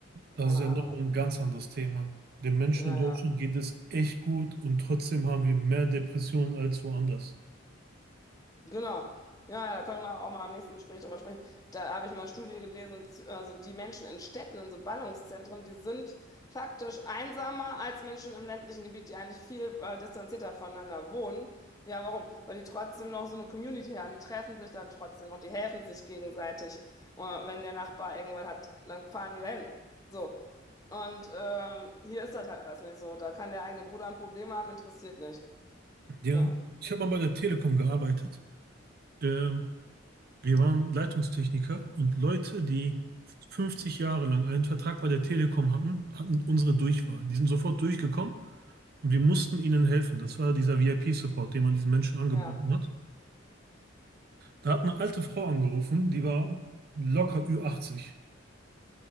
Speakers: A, on the right; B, on the left.
A: das
B: Keine
A: ist ja
B: Ahnung.
A: nochmal ein ganz anderes Thema. Den Menschen
B: Naja.
A: in Deutschland geht es echt gut und trotzdem haben wir mehr Depressionen als woanders.
B: Genau. Ja, ja, da können wir auch mal am nächsten Gespräch drüber sprechen. Da habe ich mal eine Studie gelesen, z- also die Menschen in Städten, in so Ballungszentren, die sind faktisch einsamer als Menschen im ländlichen Gebiet, die eigentlich viel äh, distanzierter voneinander wohnen. Ja, warum? Weil die trotzdem noch so eine Community haben. Die treffen sich dann trotzdem noch, die helfen sich gegenseitig. Und wenn der Nachbar irgendwas hat, dann fahren die dahin. So. Und ähm, hier ist das halt alles nicht so. Da kann der eigene Bruder ein Problem haben, interessiert nicht.
A: Ja,
B: Ja,
A: ich habe mal bei der Telekom gearbeitet. Ähm, Wir waren Leitungstechniker und Leute, die 50 Jahre lang einen Vertrag bei der Telekom hatten, hatten unsere Durchwahl. Die sind sofort durchgekommen und wir mussten ihnen helfen. Das war dieser VIP-Support, den man diesen Menschen angeboten
B: ja,
A: hat. Da hat eine alte Frau angerufen, die war locker ü achtzig.